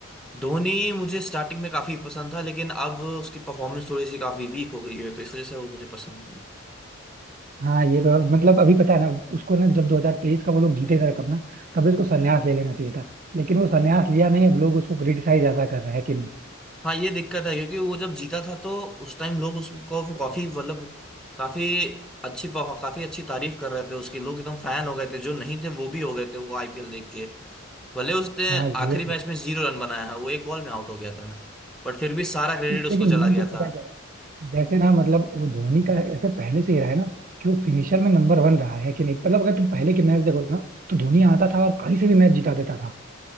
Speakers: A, in the centre; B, on the right.
A: धोनी मुझे स्टार्टिंग में काफी पसंद था लेकिन अब उसकी परफॉर्मेंस थोड़ी सी काफी वीक हो गई है तो इस वजह से वो मुझे पसंद नहीं है
B: हाँ ये तो मतलब अभी पता है ना उसको ना जब 2023 का वो लोग जीते थे कप ना तभी उसको संन्यास ले लेना चाहिए था लेकिन वो संन्यास लिया नहीं अब लोग उसको क्रिटिसाइज ज्यादा कर रहे हैं कि नहीं
A: हाँ ये दिक्कत है क्योंकि वो जब जीता था तो उस टाइम लोग उसको काफी मतलब काफी अच्छी काफी अच्छी तारीफ कर रहे थे उसकी लोग एकदम फैन हो गए थे जो नहीं थे वो भी हो गए थे वो आईपीएल देख के भले उसने
B: हाँ
A: आखिरी
B: ये
A: मैच
B: तो
A: में जीरो रन बनाया है वो एक बॉल में आउट हो गया था बट फिर भी सारा क्रेडिट
B: लेकिन
A: उसको चला
B: मेन
A: गया
B: चीज
A: था
B: पता है क्या है जैसे ना मतलब वो धोनी का ऐसे पहले से ही रहा है ना कि वो फिनिशर में नंबर वन रहा है कि नहीं मतलब अगर तुम पहले के मैच देखो ना तो धोनी आता था और कहीं से भी मैच जिता देता था